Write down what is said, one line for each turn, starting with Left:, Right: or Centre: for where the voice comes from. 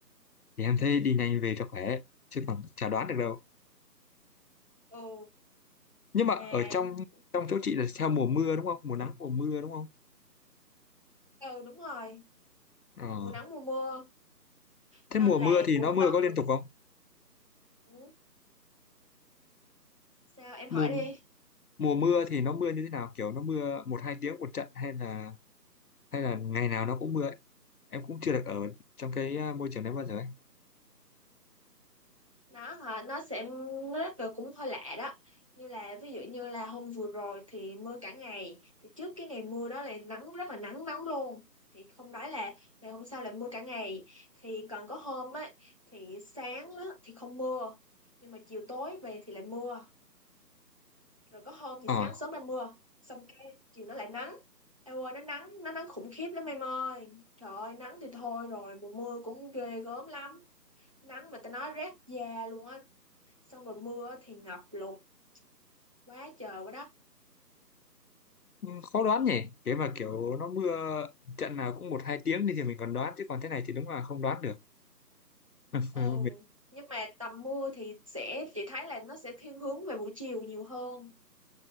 Left: thì em thấy đi nhanh về cho khỏe chứ còn chả đoán được đâu
Right: <laughs> ừ
Left: nhưng
Right: mà
Left: mà ở trong trong chỗ chị là theo mùa mưa đúng không mùa nắng mùa mưa đúng không
Right: ừ đúng rồi
Left: ờ.
Right: mùa nắng mùa mưa
Left: thế
Right: nên
Left: mùa
Right: là
Left: mưa thì
Right: cũng
Left: nó mưa
Right: đoán
Left: có liên
Right: được
Left: tục không
Right: Ừ, sao em
Left: mùa
Right: hỏi đi
Left: mùa mưa thì nó mưa như thế nào kiểu nó mưa một hai tiếng một trận hay là hay là ngày nào nó cũng mưa ấy? em cũng chưa được ở trong cái à, môi trường đấy bao giờ ấy
Right: nó hả nó sẽ nó rất là cũng hơi lạ đó như là ví dụ như là hôm vừa rồi thì mưa cả ngày thì trước cái ngày mưa đó là nắng rất là nắng nóng luôn thì không nói là ngày hôm sau là mưa cả ngày thì còn có hôm á thì sáng á, thì không mưa nhưng mà chiều tối về thì lại mưa rồi có hôm thì
Left: Ờ
Right: sáng sớm ra mưa xong cái chiều nó lại nắng Eo ơi nó nắng nó nắng khủng khiếp lắm em ơi trời ơi nắng thì thôi rồi mùa mưa cũng ghê gớm lắm nắng mà tao nói rát da luôn á xong rồi mưa thì ngập lụt quá trời quá đất
Left: Ừ, khó đoán nhỉ cái mà kiểu nó mưa trận nào cũng một hai tiếng đi thì mình còn đoán chứ còn thế này thì đúng là không đoán được <laughs>
Right: ừ
Left: Ờ, mình,
Right: nhưng mà tầm mưa thì sẽ chị thấy là nó sẽ thiên hướng về buổi chiều nhiều hơn